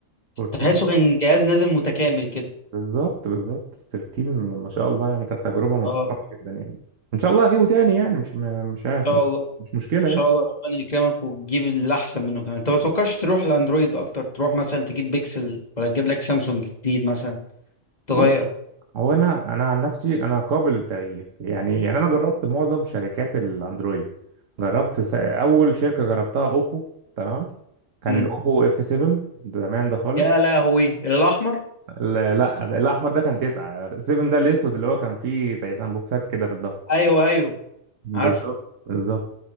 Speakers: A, on the right (about 65°); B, on the left (about 30°).
A: 14
B: تحسه كان جهاز نازل متكامل كده
A: بالظبط بالظبط 13 ما شاء الله يعني كانت تجربة محترمة
B: اه ان
A: جدا يعني إن شاء الله هجيبه تاني يعني مش م- مش عايز
B: شاء الله ان
A: مش مشكلة
B: شاء
A: يعني
B: الله ربنا يكرمك وتجيب اللي احسن منه كمان انت ما تفكرش تروح لاندرويد اكتر تروح مثلا تجيب بيكسل ولا تجيب لك سامسونج جديد مثلا تغير
A: بص هو أنا أنا عن نفسي أنا قابل للتغيير يعني يعني أنا جربت معظم شركات الأندرويد جربت س- أول شركة جربتها أوبو تمام كان
B: امم
A: الأوبو اف 7 زمان ده خالص
B: يا لهوي الاحمر
A: ال- لا ده الاحمر ده كان تسعة 7 ده الاسود اللي هو كان فيه زي سامبوكسات كده في الظهر
B: ايوه ايوه
A: بالظبط
B: عارفه
A: بالظبط